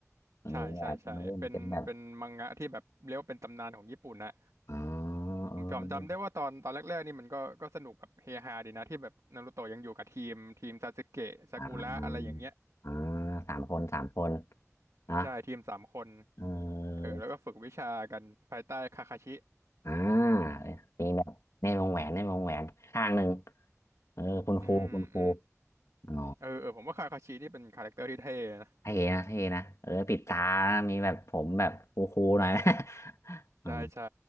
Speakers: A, on the left; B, on the right.
A: เออแบบมันเริ่มเป็นแบบ
B: ใช่ใช่ใช่เป็นเป็นมังงะที่แบบเรียกว่าเป็นตำนานของญี่ปุ่นนะ
A: อ๋อ
B: ผมจำจำได้ว่าตอนตอนแรกๆนี่มันก็ก็สนุกแบบเฮฮาดีนะที่แบบนารูโตะยังอยู่กับทีมทีมซาสึเกะซากุระอะไรอย่างเงี้ย
A: เออ อ่าเออสามคนสามคนนะ
B: ใช่ทีมสามคน
A: เออ
B: เออแล้วก็ฝึกวิชากันภายใต้คาคาชิ
A: อ่ามีแบบในวงแหวนในวงแหวนข้างหนึ่งเออคุณครูคุณครู
B: อืมอืม
A: อ๋อ
B: เออเออผมว่าคาคาชินี่เป็นคาแรคเตอร์ที่เท่นะ
A: เท่นะเท่นะเออปิดตานะมีแบบผมแบบคูคูหน่อยนะ <laughs> อ๋อ
B: ใช่ใช่